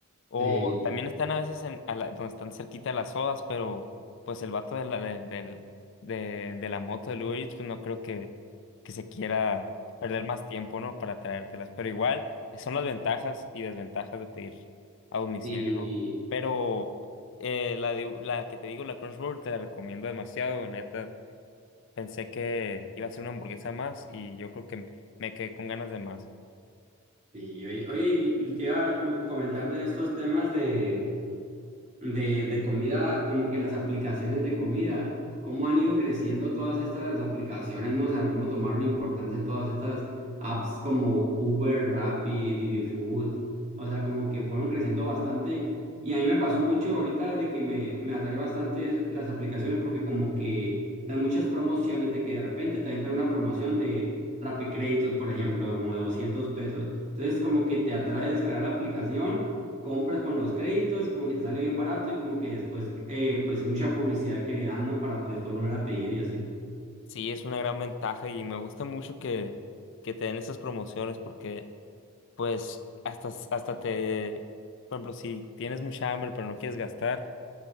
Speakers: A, on the left; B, on the right.
A: O
B: Sí,
A: también están a veces en, a la- donde están cerquita de las sodas, pero pues el vato de la, de, del- de, de la moto de Uber Eats, pues no creo que, que se quiera perder más tiempo, ¿no? Para traértelas. Pero igual, son las ventajas y desventajas de pedir a domicilio,
B: sí,
A: ¿no? Pero eh, la, de- la que te digo, la Crunchyroll, te la recomiendo demasiado, neta. Pensé que iba a ser una hamburguesa más y yo creo que me quedé con ganas de más.
B: sí. Oye, oye, y te iba como que comentar de estos temas de de, de comida, como que las aplicaciones de comida, cómo han ido creciendo todas estas aplicaciones, ¿no? O sea, cómo tomaron importancia todas estas apps como Uber, Rappi, Didi Food, o sea, como que fueron creciendo bastante. Y a mí me pasó mucho ahorita de que me, me atrae bastante las aplicaciones porque como que dan muchas promociones de que de repente te dan una promoción de Rappi Créditos, por ejemplo, como de 200 pesos. Entonces como que te atrae descargar la aplicación compras con los créditos y como que te sale bien barato y como que después, eh, pues mucha publicidad que le dan, ¿no? Para después volver a pedir y así.
A: Sí, es una gran ventaja y me gusta mucho que, que te den esas promociones porque, pues, hasta, hasta te, por ejemplo, si tienes mucha hambre pero no quieres gastar,